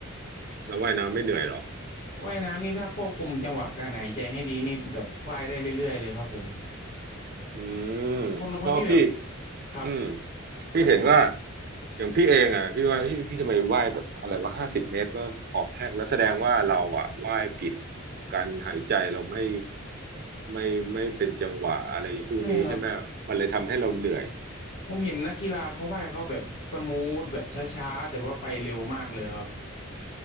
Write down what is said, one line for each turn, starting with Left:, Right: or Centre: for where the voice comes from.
Right: เราว่ายน้ำไม่เหนื่อยหรอ
Left: ว่ายน้ำนี่ถ้าควบคุมจังหวะการหายใจให้ดีนี่แบบว่ายได้เรื่อยๆเลยครับผม
Right: อืมเพราะพี่
Left: คนคนที่แบบครับ
Right: อืมพี่เห็นว่าอย่างพี่เองอ่ะพี่ว่าพี่พี่ทำไมว่ายแบบอะไรว่าห้าสิบเมตรก็หอบแห้งแล้วแสดงว่าเราอ่ะว่ายผิดการหายใจเราไม่ไม่ไม่เป็นจังหวะอะไรพวกนี้ใช่ไหมมันเลยทำให้เราเหนื่อย
Left: ใช่ครับ ผมเห็นนักกีฬาเขาว่ายเขาแบบสมูทแบบช้าๆแต่ว่าไปเร็วมากเลยครับ